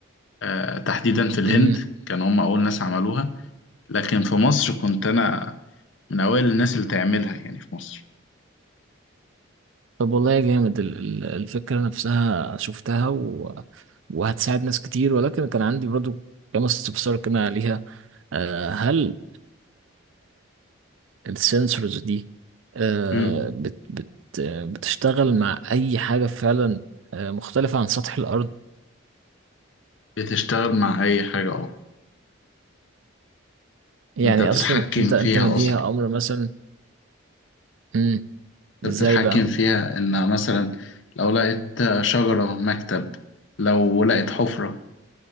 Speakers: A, on the left (about 70°); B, on the right (about 75°).
A: آه، تحديدا في الهند
B: امم
A: كانوا هم أول ناس عملوها لكن في مصر كنت أنا من أوائل الناس اللي تعملها يعني في مصر
B: طب والله جامد ال- ال- الفكره نفسها شفتها و... وهتساعد ناس كتير ولكن كان عندي برضو كام استفسار كده عليها آه، هل السنسورز دي آه،
A: مم.
B: بت بت آه، بتشتغل مع اي حاجه فعلا آه، مختلفه عن سطح الارض
A: بتشتغل مع أي حاجة أه
B: يعني
A: أنت بتتحكم
B: اصلا انت انت
A: فيها
B: مديها
A: أصلا
B: امر مثلا مم،
A: أنت
B: ازاي
A: بتتحكم
B: بقى
A: فيها إنها مثلا لو لقيت شجرة مكتب لو لقيت حفرة